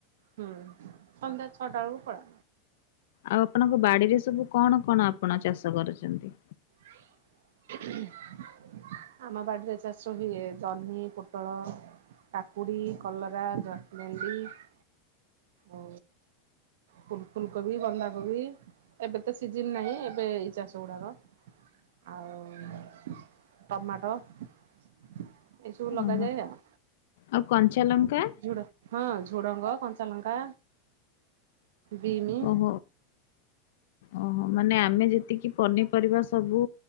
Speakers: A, on the right; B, on the left.
A: ହୁଁ ସନ୍ଧ୍ୟା ଛଅଟା ବେଳକୁ ପଳା
B: ଆଉ ଆପଣଙ୍କ ବାଡ଼ିରେ ସବୁ କଣ କଣ ଆପଣ ଚାଷ କରିଛନ୍ତି?
A: <unintelligible> ଆମ ବାଡ଼ି ରେ ଚାଷ ହୁଏ ଜହ୍ନି ପୋଟଳ କାକୁଡ଼ୀ କଲରା। <unintelligible> ଓ ଫୁଲ ଫୁଲକୋବି ବନ୍ଧାକୋବି। ଏବେ ତ ସିଜିନ ନାହିଁ ଏବେ ଏଇ ଚାଷ ଗୁଡ଼ାକ। ଆଉ ଟମାଟ। ଏଇସବୁ ଲଗାଯାଏ
B: ଓହୋ
A: ଆଉ
B: ଆଉ କଞ୍ଚା ଲଙ୍କା
A: ଝୁଡ଼ ହଁ ଝୁଡ଼ଙ୍ଗ କଞ୍ଚା ଲଙ୍କା ବିମି।
B: ହୋ ଓହୋ ମାନେ ଆମେ ଯେତିକି ପନିପରିବା ସ ସବୁ